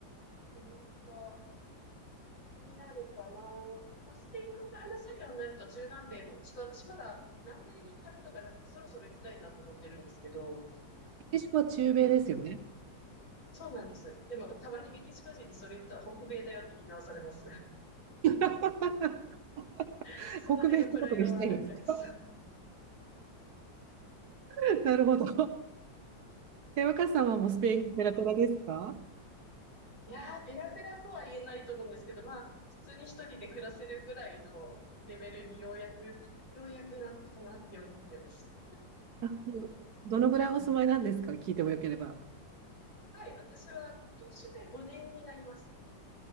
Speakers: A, on the left (about 75°); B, on the right (about 65°).
A: アメリカになるかな。まあ、スペイン語が話せるようになると中南米も、ちょっと私まだ南米に行ったことがなくて、そろそろ行きたいなと思ってるんですけど、
B: キシコは中米ですよね。
A: なんかすごい。そうなんです。でも、たまにメキシコ人にそれ言ったら北米だよって言い直されます。
B: <laughs>
A: <laughs> そその辺のプライドはあるみたいです。
B: 北米ってことにしたいんですよ。<laughs> なるほど。え、若さんはもうスペインがペラペラですか
A: いやー、ペラペラとは言えないと思うんですけど、まあ、普通に一人で暮らせるぐらいのレベルにようやく、ようやくなったかなって思ってます。
B: うんどのぐらいお住まいなんですか聞いてもよければ。
A: はい、私は今年で5年になります。